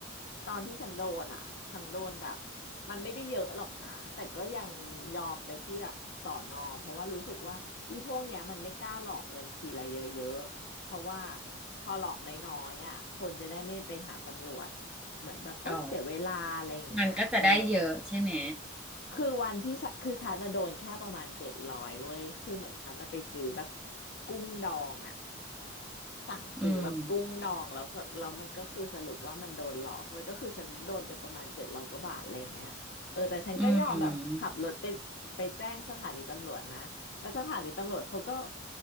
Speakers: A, on the left (about 55°); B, in the centre.
A: ตอนที่ฉันโดนอ่ะฉันโดนแบบมันไม่ได้เยอะหรอกนะ แต่ก็ยังยอมไปที่แบบสอนอเพราะว่ารู้สึกว่าอีพวกเนี้ยมันไม่กล้าหลอกเงินทีละเยอะๆเพราะว่าพอหลอกน้อยๆอ่ะคนจะได้ไม่ไปหาตำรวจเหมือนแบบโอ๊ยเสียเวลาอะไรอย่างเงี้ยเออ
B: อ๋อมันก็จะได้เยอะใช่ไหม
A: คือวันที่ฉันคือฉันน่ะโดนแค่ประมาณเจ็ดร้อยเว้ยคือเหมือนฉันอะไปซื้อแบบกุ้งดองอะ สั่งซื้อแบบกุ้งดองแล้วสแล้วมันก็คือสรุปว่ามันโดนหลอกเว้ยก็คือฉันโดนไปประมาณเจ็ดร้อยกว่าบาทอะไรเงี้ยเออแต่ฉันก็ยอมแบบขับรถไป
B: อืมอืม
A: ไปแจ้งสถานีตำรวจนะแล้วสถานีตำรวจเขาก็